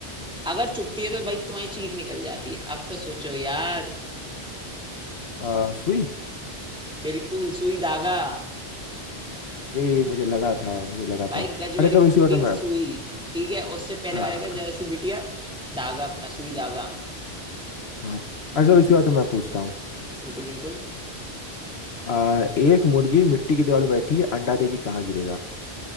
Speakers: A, in the centre; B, on the left.
A: अगर चुपती है तो भाई तुम्हारी चीख निकल जाती है अब तो सोचो यार
B: आ, सुई
A: बिल्कुल सुई धागा
B: अरे मुझे लगा था मुझे लगा
A: भाई
B: था
A: गज भर
B: अरे चलो
A: की
B: इसी
A: बिटिया
B: बात में मैं
A: सुई ठीक है उससे पहले
B: हाँ
A: वाले का जरा सी बिटिया धागा अपना सुई धागा
B: हाँ अरे चलो इसी बात में मैं पूछता हूँ
A: बिल्कुल बिल्कुल
B: आ, एक मुर्गी मिट्टी की दीवार पे बैठी है अंडा देगी कहाँ गिरेगा